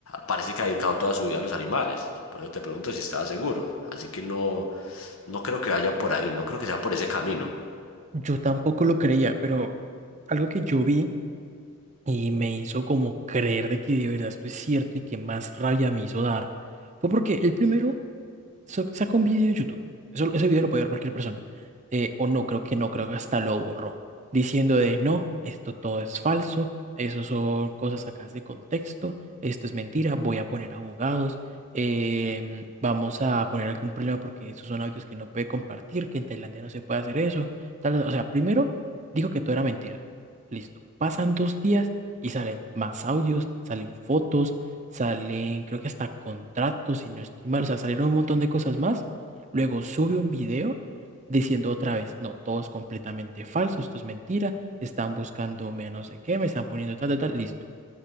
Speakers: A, on the left; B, on the right.
A: parece que ha dedicado toda su vida a los animales. Por eso te pregunto si estaba seguro. Así que no, no creo que vaya por ahí, no creo que sea por ese camino.
B: Yo tampoco lo creía, pero algo que yo vi y me hizo como creer de que de verdad esto es cierto y que más rabia me hizo dar fue porque el primero so- saca un video en YouTube. Eso, ese video lo puede ver cualquier persona. Eh, o no, creo que no, creo que hasta lo borró. Diciendo de no, esto todo es falso, eso son cosas sacadas de contexto, esto es mentira, voy a poner abogados, em, vamos a poner algún problema porque esos son audios que no puede compartir, que en Tailandia no se puede hacer eso. Tal, o sea, primero dijo que todo era mentira. Listo. Pasan dos días y salen más audios, salen fotos, salen creo que hasta contratos, si no estoy mal, o sea, salieron un montón de cosas más. Luego sube un video diciendo otra vez, no, todo es completamente falso, esto es mentira, están buscando menos de qué, me están poniendo tal, tal, tal, listo.